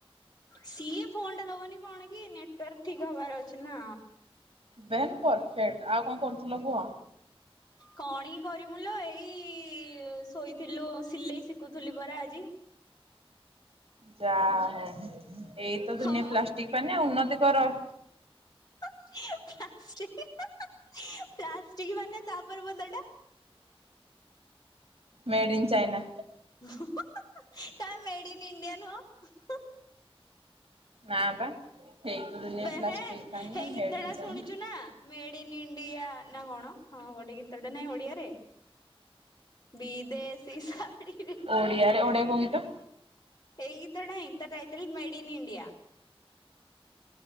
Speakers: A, on the left (about 40°); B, on the right (about 70°).
A: ସିଏ ଫୋନ୍ ଟା ଦବନି କଣ କି ନେଟୱାର୍କ ଠିକ୍ ହବାର ଅଛି ନା।
B: ଦେନ୍ ପରଫେକ୍ଟ ଆଉ କଣ କରୁଥିଲ କୁହ?
A: କଣ ହିଁ କରିମୁଲ ଏଇ ଶୋଇଥିଲୁ ସିଲେଇ ଶିଖୁଥିଲି ପରା ଆଜି।
B: ଯାହୋଉ ଏଇତ
A: ହଁ
B: ଦୁନିଆ ପ୍ଲାଷ୍ଟିକ ପାନ ଉନ୍ନତି କର।
A: <unintelligible> ମାନେ ତା ପର ପଦଟା?
B: Made in China.
A: <unintelligible> କାଇଁ ମେଡ୍ ଇନ୍ ଇଣ୍ଡିଆନ୍ ହୁଅ।
B: ନାଁ ବା। ଏଇ ତ ଦୁନିଆ
A: ବେହେନ୍
B: ପ୍ଲାଷ୍ଟିକ ପାନିଆ
A: ହେଇ
B: ମେଡ୍
A: ଗୀତ
B: ଇନ୍
A: ଟା
B: ଚାଇନା।
A: ଶୁଣିଛୁ ନା? ମେଡ୍ ଇନ୍ ଇଣ୍ଡିଆ ନା କଣ ହଁ ଗୋଟେ ଗୀତଟେ ନାହିଁ ଓଡିଆରେ? ବିଦେଶୀ ଶାଢ଼ୀରେ
B: ଓଡ଼ିଆରେ ଓଡ଼ିଆ କଉ ଗୀତ।
A: ଏଇ ଗୀତ ନାଇଁ ତା ଟାଇଟେଲ୍ ମେଡ ଇନ୍ ଇଣ୍ଡିଆ।